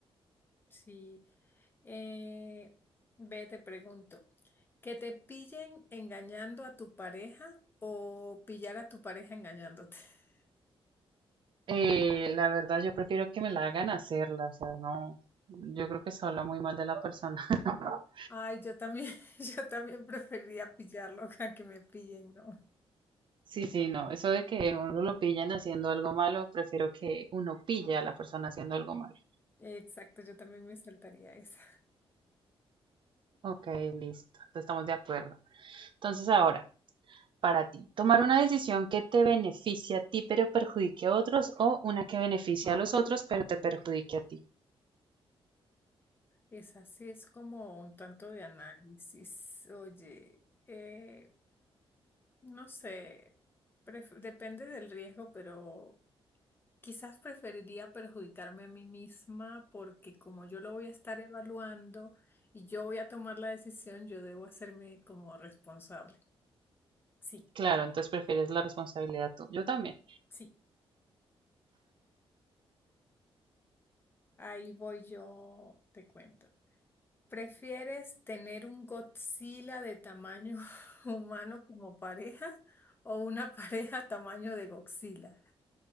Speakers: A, on the left (about 20°); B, on the right (about 55°).
A: Sí. Eh, ve, te pregunto, ¿que te pillen engañando a tu pareja o pillar a tu pareja engañándote? <laughs>
B: Eh, la verdad, yo prefiero que me la hagan hacerla, o sea, no, yo creo que se habla muy mal de la persona. <laughs>
A: Ay, yo también, <laughs> yo también preferiría pillarlo a que me pillen, ¿no?
B: Sí, sí, no, eso de que uno lo pillan haciendo algo malo, prefiero que uno pille a la persona haciendo algo malo.
A: Exacto, yo también me saltaría esa.
B: Ok, listo, entonces estamos de acuerdo. Entonces ahora. para ti. Tomar una decisión que te beneficie a ti pero perjudique a otros o una que beneficie a los otros pero te perjudique a ti.
A: Esa sí es como un tanto de análisis. Oye, eh, no sé, pref- depende del riesgo, pero Quizás preferiría perjudicarme a mí misma porque como yo lo voy a estar evaluando y yo voy a tomar la decisión, yo debo hacerme como responsable. Sí,
B: Claro, entonces prefieres la responsabilidad tú. Yo también.
A: sí, ahí voy yo, te cuento. ¿Prefieres tener un Godzilla de tamaño <laughs> humano como pareja o una <laughs> pareja tamaño de Godzilla?